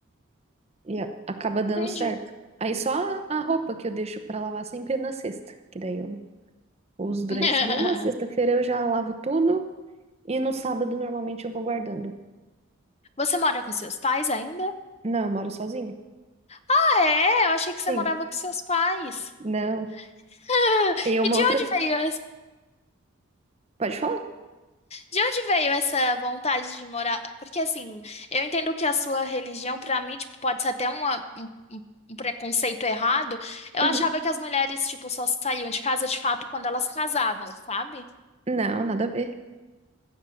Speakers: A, on the right (about 30°); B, on the left (about 30°).
A: E a- acaba dando
B: Entendi.
A: certo. Aí só a a roupa que eu deixo pra lavar sempre na sexta, que daí eu uso durante
B: <laughs>
A: a semana. Na sexta-feira eu já lavo tudo e no sábado normalmente eu vou guardando.
B: Você mora com seus pais ainda?
A: Não, eu moro sozinha.
B: Ah, é? Eu achei que você
A: Sim,
B: morava com seus pais.
A: não.
B: <laughs>
A: E uma
B: E de
A: outra.
B: onde veio
A: Pode falar?
B: De onde veio essa vontade de morar? Porque assim, eu entendo que a sua religião, pra mim, tipo, pode ser até uma- um, um- um preconceito errado. Eu
A: Uhum.
B: achava que as mulheres, tipo, só saíam de casa de fato quando elas casavam, sabe?
A: Não, nada a ver.